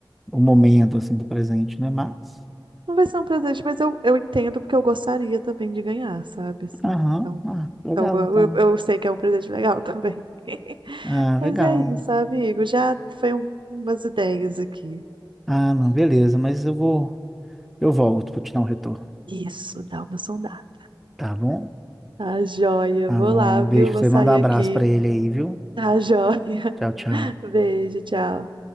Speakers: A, in the centre; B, on the right (about 70°).
A: o momento, assim, do presente, né? Mas,
B: Não vai ser um presente, mas eu, eu entendo porque eu gostaria também de ganhar, sabe? Assim,
A: aham,
B: então,
A: ah, legal,
B: então eu,
A: então.
B: eu eu sei que é um presente legal também. <laughs>
A: Ah,
B: Mas
A: legal.
B: é isso, amigo. Já foi um- umas ideias aqui.
A: Ah, não, beleza, mas eu vou. Eu volto pra te dar um retorno.
B: Isso, dá uma sondada.
A: Tá bom?
B: Tá joia.
A: Tá
B: Vou
A: bom.
B: lá,
A: Um
B: viu?
A: beijo pra
B: Vou
A: você.
B: sair
A: Manda um abraço
B: aqui.
A: pra ele aí, viu?
B: Tá joia.
A: Tchau, tchau.
B: <laughs> Beijo, tchau.